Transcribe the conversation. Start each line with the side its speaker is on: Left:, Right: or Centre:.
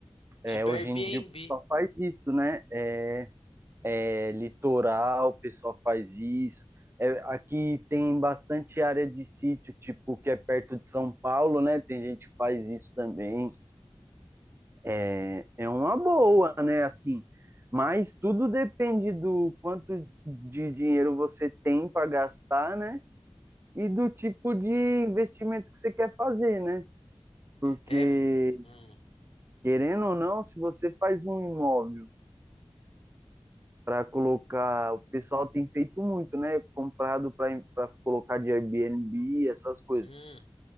Right: É,
Left: Tipo
Right: hoje
Left: Airbnb.
Right: em dia o pessoal faz isso, né? É, é litoral, o pessoal faz isso. É, aqui tem bastante área de sítio, tipo, que é perto de São Paulo, né? Tem gente que faz isso também. é, é uma boa, né? Assim, mas tudo depende do quanto de dinheiro você tem para gastar, né? E do tipo de investimento que você quer fazer, né? Porque,
Left: É. Hum,
Right: querendo ou não, se você faz um imóvel para colocar, o pessoal tem feito muito, né? Comprado para para colocar de Airbnb, essas coisas.
Left: hum,